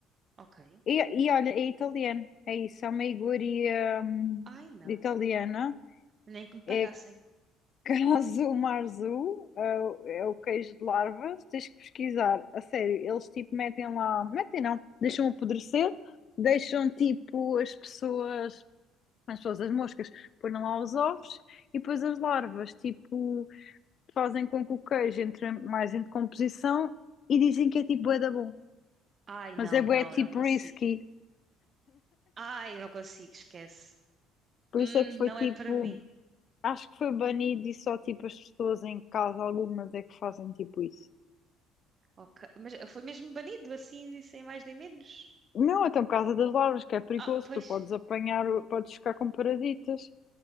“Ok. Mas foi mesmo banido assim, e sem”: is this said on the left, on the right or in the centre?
Right